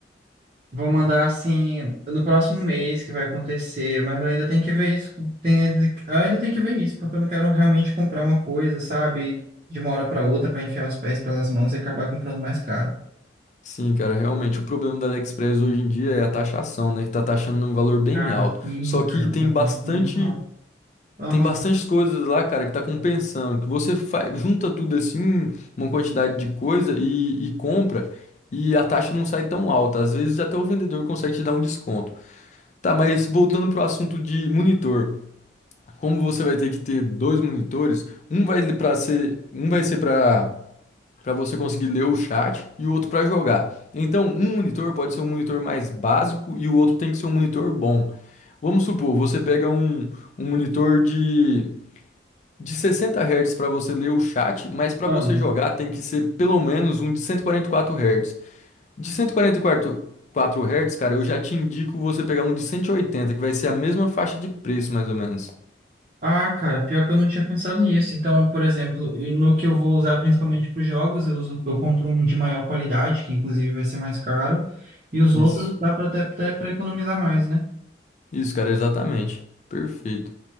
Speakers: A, on the right; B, on the left.
A: Vão mandar assim no próximo mês que vai acontecer, mas eu ainda tenho que ver isso. Tem, eu ainda tenho que ver isso, porque eu não quero realmente comprar uma coisa, sabe? De uma hora para outra para enfiar os pés pelas mãos e acabar comprando mais caro.
B: Sim, cara, realmente o problema da AliExpress hoje em dia é a taxação, né, que tá taxando um valor bem
A: Cara,
B: alto.
A: sim,
B: Só
A: cara,
B: que tem
A: tá,
B: bastante
A: tá, tipo, muito caro. Aham.
B: Tem bastante coisas lá, cara, que tá compensando. Que você fa- junta tudo assim, uma quantidade de coisa e, e compra, e a taxa não sai tão alta. Às vezes até o vendedor consegue te dar um desconto. Tá, mas voltando pro assunto de monitor. Como você vai ter que ter dois monitores, um vai para ser, um vai ser para para você conseguir ler o chat e o outro para jogar. Então, um monitor pode ser um monitor mais básico e o outro tem que ser um monitor bom. Vamos supor, você pega um, um monitor de de 60 Hz para você ler o chat, mas para
A: Vamos.
B: você jogar tem que ser pelo menos um de cento e e quarenta e quatro Hz. De cento e quarenta e quatro Hz, cara, eu já te indico você pegar um de 180 que vai ser a mesma faixa de preço, mais ou menos.
A: Ah, cara, pior que eu não tinha pensado nisso. Então, por exemplo, e no que eu vou usar principalmente para os jogos, eu uso, eu compro um de maior qualidade, que inclusive vai ser mais caro, e os
B: Isso.
A: outros dá para até, até para economizar mais, né?
B: Isso, cara, exatamente. Perfeito.